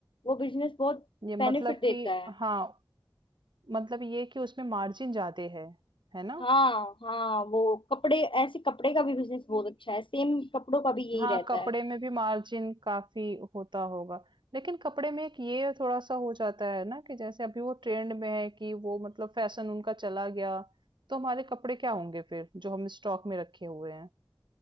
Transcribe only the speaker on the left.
वो बिजनेस बहुत
बेनिफिट
देता
है
हाँ हाँ वो कपड़े ऐसे कपड़े का भी बिजनेस बहुत अच्छा है सेम कपड़ों का भी यही
रहता
है